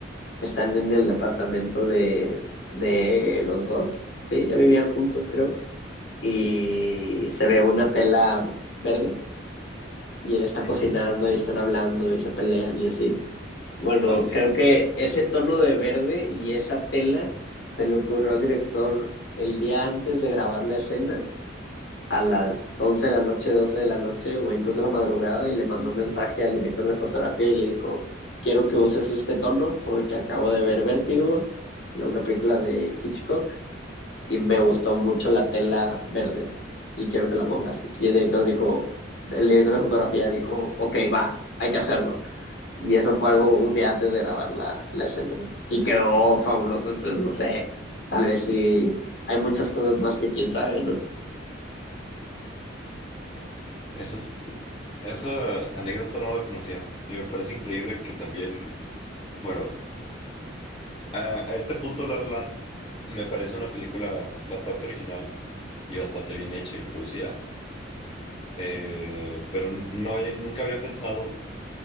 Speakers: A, on the left; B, on the left.
A: que están en el departamento de, de los dos, sí, ya vivían juntos, creo, y se ve una tela verde y él está cocinando
B: Ujú.
A: y están hablando y se pelean y así. Bueno,
B: Ah, sí.
A: creo que ese tono de verde y esa tela se le ocurrió al director el día antes de grabar la escena, a las 11 de la noche, 12 de la noche o incluso la madrugada, y le mandó un mensaje al director de fotografía y le dijo, quiero que uses este tono porque acabo de ver Vértigo, la- una película de Hitchcock, y me gustó mucho la tela verde y quiero que la pongas. Y el director dijo, el director de fotografía dijo, ok, va, hay que hacerlo. Y eso fue algo un día antes de grabar la, la escena. Y quedó fabuloso. Entonces, no sé, tal vez sí hay muchas cosas más que quién sabe, ¿no?
B: Eso es, eh, esa anécdota no la conocía. Y me parece increíble que también, bueno, A, a este punto, La La Land me parece una película bastante original y bastante bien hecha y producida, eh, pero no había- nunca había pensado